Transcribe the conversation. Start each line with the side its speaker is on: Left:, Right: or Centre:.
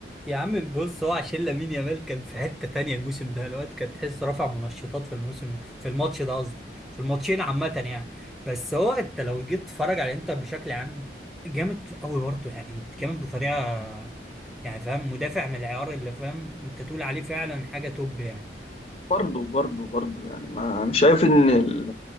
Centre: يا عم بص هو عشان لامين يامال كان في حتة تانية الموسم ده الواد كان تحس رافع منشطات في الموسم في الماتش ده قصدي في الماتشين عامة يعني بس هو انت لو جيت تتفرج على الانتر بشكل عام جامد قوي برضو يعني جامد بطريقة يعني فاهم مدافع من العيار اللي فاهم انت تقول عليه فعلا حاجة توب يعني
Left: برضه برضه برضه يعني ما مش شايف ان ال...